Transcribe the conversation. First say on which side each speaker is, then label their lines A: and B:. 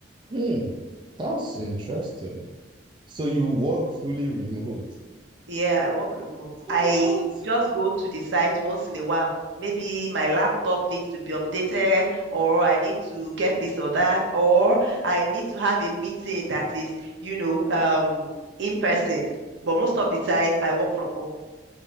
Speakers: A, on the right; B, on the right.
A: Hmm, that's interesting. So you work fully remote.
B: Yeah, I work remote.
A: How
B: I
A: how is
B: just go to the site once in a while. Maybe my laptop needs to be updated, or I need to get this or that, or I need to have a meeting that is, you know, um, in person. But most of the time, I work from home.